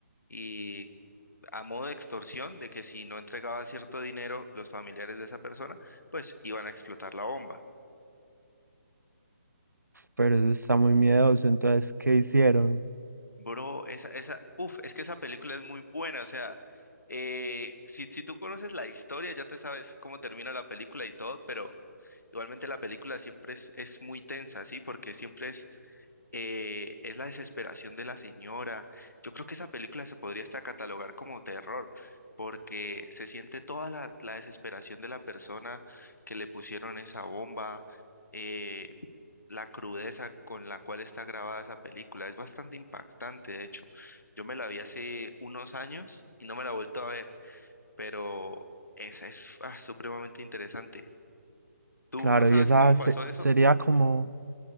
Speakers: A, on the left (about 75°); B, on the right (about 80°).
A: y a modo de extorsión de que si no entregaba cierto dinero los familiares de esa persona, pues iban a explotar la bomba.
B: pero eso está muy miedoso. Entonces, ¿qué hicieron?
A: Bro, esa, esa, uf, es que esa película es muy buena, o sea, eh, si, si tú conoces la historia, ya te sabes cómo termina la película y todo, pero igualmente la película siempre es, es muy tensa, ¿sí? Porque siempre es, eh, es la desesperación de la señora. Yo creo que esa película se podría hasta catalogar como terror, porque se siente toda la, la desesperación de la persona que le pusieron esa bomba. eh, la crudeza con la cual está grabada esa película. Es bastante impactante, de hecho. Yo me la vi hace unos años y no me la he vuelto a ver, pero esa es ah, supremamente interesante. ¿Tú
B: Claro,
A: no sabes
B: y esa
A: cómo pasó
B: se-
A: eso?
B: sería como,